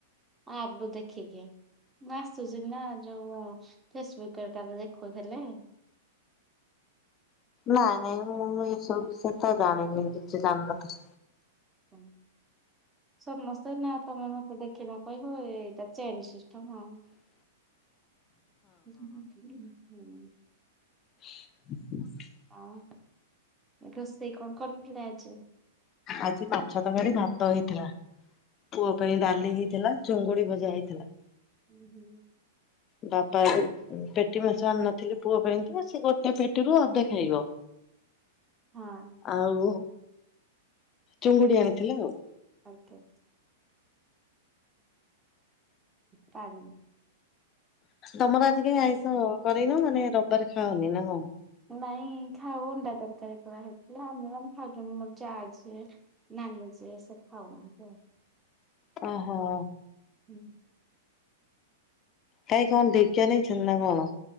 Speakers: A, on the right (about 15°); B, on the left (about 35°).
A: ଆପ ରୁ ଦେଖିକି ନା ଆସୁଛି ନା ଯୋଉ ଫେସବୁକ ହରିକାରୁ ଦେଖଉଥିଲେ।
B: ନାଇଁ ନାଇଁ ମୁଁ ଏସବୁ ବିଷୟ ତ ଜାଣିନି କିଛି ଜାଣିନଥା
A: ହୁଁ। ସମସ୍ତେ ନା ତମେ ମତେ ଦେଖିନ କହିବ ଏଇଟା ଚେନ ସିଷ୍ଟମ ଆଉ।
B: ହ
A: <inaudible>
B: ହ
A: ହଁ ରୋଷେଇ କଣ କରଥିଲେ ଆଜି?
B: ଆଜି ମାଛ ତରକାରି ଭାତ ହେଇଥିଲା। ପୁଅ ପାଇଁ
A: ହୁଁ
B: ଡାଲି ହେଇଥିଲା ଚୁଙ୍ଗୁଡି ଭଜା ହେଇଥିଲା।
A: ହୁଁ ହୁଁ।
B: ବାପା ପେଟି ମାଛ ଆଣି ନଥିଲେ ପୁଅ ପାଇଁ ତ ସେ ଗୋଟେ ପେଟିରୁ ଅଧେ ଖାଇବ।
A: ହଁ
B: ଆଉ ଚୁଙ୍ଗୁଡି ଆଣିଥିଲ ଆଉ।
A: ଆଜ୍ଞା। ପାଣି
B: ତମର ଆଜି କାହି ଆଇଁଷ ନେଇନ ମାନେ ରବିବାରେ ଖାଅନି ନା କଣ?
A: ନାଇଁ ଖାଉ ଅଣ୍ଡା ତରକାରୀ ପୁରା ହେଇଥିଲା ଆମେ ମାନେ ଖାଇ କର ଜାଆ ଯିଏ ନାହିଁ ସେ ସେ ଖାଉନାହନ୍ତି ଆଉ।
B: ଓହୋ।
A: ହୁଁ।
B: କାଇ କଣ ଦୀକ୍ଷା ନେଇଛନ୍ତି ନା କଣ?